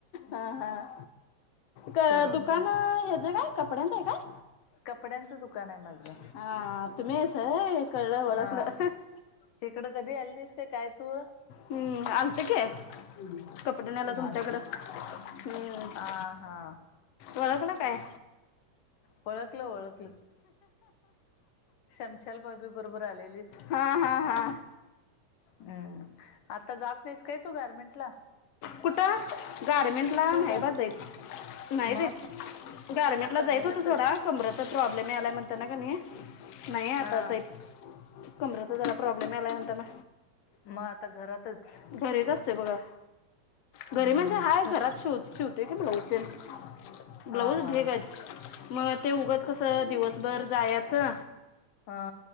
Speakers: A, on the left; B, on the left.
A: हा हा क
B: शिरडोन
A: दुकान
B: मध्येच
A: ह्याचं काय कपड्यांचं आहे काय?
B: कपड्यांचं दुकान आहे माझं.
A: हा तुम्ही आहेसा होय कळलं ओळखलं
B: हा इकडं कधी आली नाहीस का काय तू
A: हम आलत कि कपडे न्यायला तुमच्याकडं
B: आलतीस
A: हम
B: हा हा
A: ओळखलं काय?
B: ओळखलं ओळख शमशाल भाभी बरोबर आलेलीस
A: हा हा हा
B: हम्म आता जात नाहीस काय तू गारमेंट ला?
A: कुठं गारमेंटला
B: तू
A: नाही
B: का
A: बा जाईत नाही
B: मग
A: जाईत. गार्मेंट
B: आता
A: ला जाईत
B: घरातच
A: होतो सोडा कमरेचा प्रॉब्लेम यायलाय म्हणता ना कणी नाही आता
B: हा
A: जाईत कमरेचा जरा प्रॉब्लेम यायलाय म्हणताना
B: मग घरातच
A: घरीच असतेय बघा. घरी
B: हम्म
A: म्हणजे हाय
B: खर
A: घरात शिव शिवते की ब्लाऊज तेश ब्लाऊज
B: हा हा
A: ढग आहेत. मग ते उगंच कसं दिवसभर जायचं
B: हा